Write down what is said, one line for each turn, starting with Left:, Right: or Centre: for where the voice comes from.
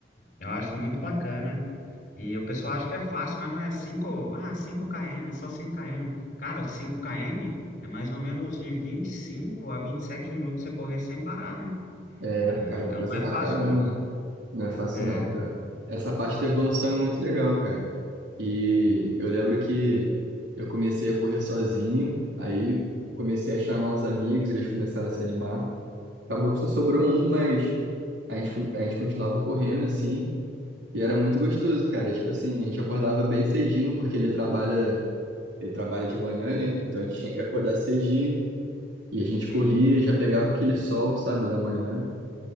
Left: eu acho muito bacana e o pessoal acha que é fácil, mas não é cinco ah, cinco km, é só cinco km. Cara, cinco km é mais ou menos de 25 a 27 minutos você correr sem parar, né?
Right: É,
Left: É,
Right: cara,
Left: Então
Right: é coisa
Left: não é
Right: pra
Left: fácil,
Right: caramba.
Left: não.
Right: Não é fácil
Left: É,
Right: não, cara. Essa parte da evolução é muito legal, cara. E eu lembro que eu comecei a correr sozinho, aí comecei a chamar uns amigos, eles começaram a se animar. Acabou que só sobrou um, mas a gente, co- a gente continuava correndo, assim, e era muito gostoso, cara. Tipo assim, a gente acordava bem cedinho, porque ele trabalha, ele trabalha de manhã, né? Então a gente tinha que acordar cedinho, e a gente
Left: sim.
Right: corria, já pegava aquele sol, sabe, da manhã.